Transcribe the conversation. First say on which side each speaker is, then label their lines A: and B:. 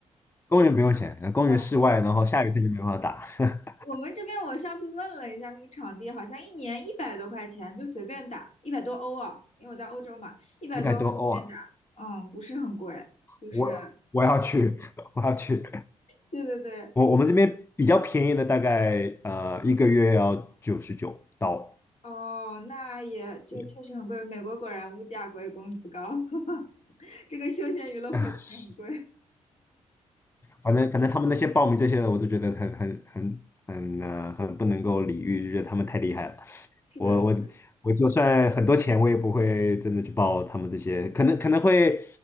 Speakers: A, on the left; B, on the left.
A: 公园不用钱，呃公园室外，
B: 哦
A: 然后下雨天就没办法打，<laughs>
B: 我们这边我上次问了一下那个场地，好像一年一百多块钱就随便打，一百多欧啊，因为我在欧洲嘛，一百多欧随便打，
A: 一百多欧啊，
B: 嗯，不是很贵，就是，
A: 我我要去，<laughs> 我要去。
B: 对对对，
A: 我我们这边比较便宜的，大概呃一个月要九十九刀。
B: 哦，那也就确实很贵，
A: 对
B: 美国果然物价贵，工资高，<laughs> 这个休闲娱乐活动也很贵，
A: 啊，是反正反正他们那些报名这些的，我都觉得很很很很呃很不能够理喻，就觉得他们太厉害了。
B: 是的，
A: 我我我就算很多钱，
B: 是的
A: 我也不会真的去报他们这些，可能可能会